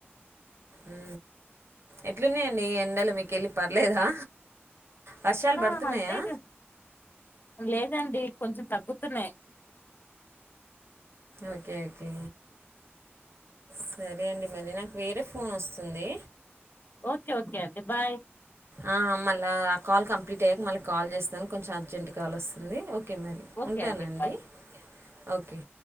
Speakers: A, on the right; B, on the left.
A: ఉ ఎట్లున్నాయండి ఈ ఎండలు మీకెళ్ళి పర్లేదా వర్షాలు
B: ఆ
A: పడుతున్నాయా
B: అంతే ఇగ లే దండి కొంచెం తగ్గుతున్నాయి
A: ఓకే ఓకే సరే అండి మరి నాకు వేరే ఫోన్ వస్తుంది
B: ఓకే ఓకే అండి బాయ్
A: ఆ మళ్ళ ఆ కాల్ కంప్లీట్ అయ్యాక మళ్ళీ కాల్ జేస్తాను కొంచెం అర్జెంట్ కాల్ వస్తుంది ఓకే మరి
B: ఓకే
A: ఉంటానండి
B: అండి బాయ్
A: ఓకే